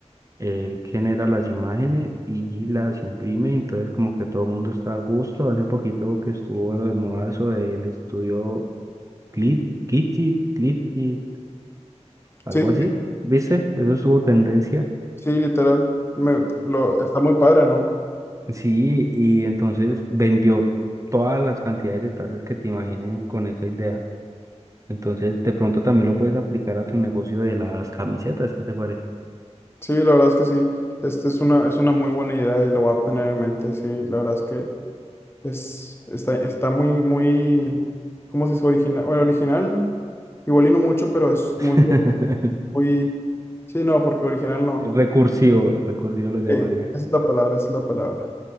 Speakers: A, on the right; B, on the left.
A: Él genera las imágenes y las imprime, entonces como que todo el mundo está a gusto. Hace poquito que estuvo de moda eso del estudio Clip, Kitty, Clip, kit, algo
B: Sí, sí,
A: así, ¿viste? Eso estuvo tendencia.
B: sí, literal. Me, lo, está muy padre, ¿no?
A: Sí, y entonces vendió todas las cantidades de tazas que te imaginen con esa idea. Entonces, de pronto también lo puedes aplicar a tu negocio de las camisetas, ¿qué te parece?
B: Sí, la verdad es que sí. Este es una, es una muy buena idea y lo voy a tener en mente. Sí, la verdad es que es, está, está muy, muy, ¿cómo se dice? Original. Bueno, original, igual y no mucho, pero es
A: <laughs>
B: muy, muy, sí, no, porque original no.
A: Recursivo, recursivo lo llamaría.
B: Sí, esa es la palabra, esa es la palabra.